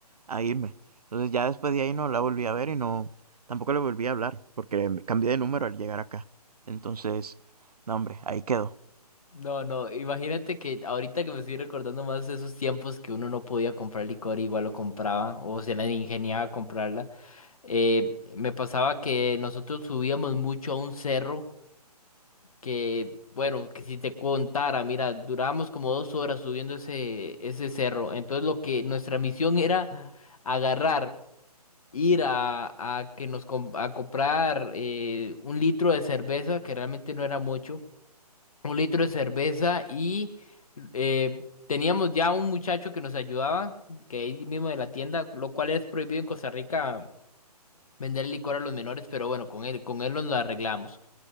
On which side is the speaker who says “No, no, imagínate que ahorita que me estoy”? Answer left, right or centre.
Left